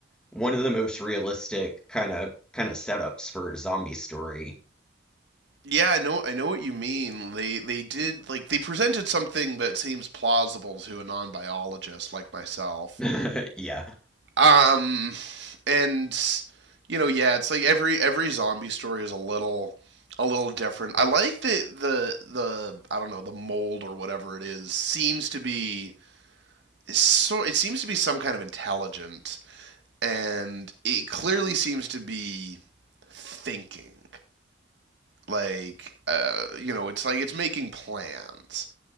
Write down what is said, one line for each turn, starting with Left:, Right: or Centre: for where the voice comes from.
Centre: one of the most realistic kind of kind of setups for a zombie story.
Right: Yeah, I know. I know what you mean. They they did like they presented something that seems plausible to a non biologist like myself.
Centre: <laughs> Yeah.
Right: Um, and you know, yeah, it's like every every zombie story is a little a little different. I like that the the I don't know the mold or whatever it is seems to be so it seems to be some kind of intelligent, and it clearly seems to be thinking. Like uh, you know, it's like it's making plans.